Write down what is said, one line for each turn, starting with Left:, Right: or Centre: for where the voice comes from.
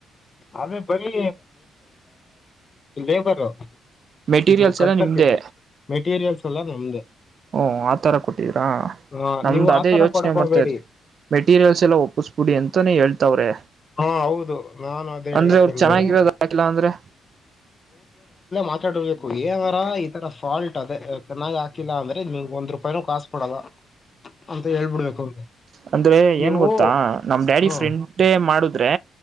Left: ಅದೇ ಬರೀ ಲೇಬರ್
Right: ಮೆಟೀರಿಯಲ್ಸ್
Left: ಇದು ಕಟ್ಟಕ್ಕೆ
Right: ಎಲ್ಲ ನಿಮ್ದೇ
Left: ಮೆಟೀರಿಯಲ್ಸ್ ಎಲ್ಲ ನಮ್ದೆ
Right: ಹಓ ಆತರ ಕೊಟ್ಟಿದ್ರಾ
Left: ಹ
Right: ನಮ್ದು
Left: ನೀವು ಆತರ
Right: ಅದೇ ಯೋಚನೆ
Left: ಕೊಡಕ್
Right: ಮಾಡ್ತಿ
Left: ಹೋಗ್ಬೇಡಿ
Right: ಮೆಟೀರಿಯಲ್ಸ್ ಎಲ್ಲಾ ಒಪ್ಪಸ್ಬಿಡಿ ಅಂತಾನೇ ಹೇಳ್ತಾವ್ರೆ
Left: ಹಾ ಹೌದು ನಾನು ಅದೇ
Right: ಅಂದ್ರೆ
Left: ಹೇಳಕ್
Right: ಅವ್ರರು
Left: ಬಂದೆ
Right: ಚೆನ್ನಾಗಿರೋದ ಆಯಲ ಅಂದ್ರೆ.
Left: ಮಾತಾಡ್ಬೇಕು ಏನಾರ ಈ ತರ ಫಾಲ್ಟ್ ಅದೇ ಚೆನ್ನಾಗ್ ಹಾಕಿಲ್ಲ ಅಂದ್ರೆ ನಿಮಗ್ ಒಂದ್ ರೂಪಾಯಿನೂ ಕಾಸ್ ಕೊಡದ ಅಂತ ಹೇಳ್ಬಿಡ್ಬೇಕು.
Right: ಅಂದ್ರೆ
Left: ನೀವು
Right: ಏನ್ ಗೊತ್ತಾ ನಮ್ ಡ್ಯಾಡಿ
Left: ಹ್ಮ
Right: ಫ್ರೆಂಡೇ ಮಾಡುದ ಅಂದರೆ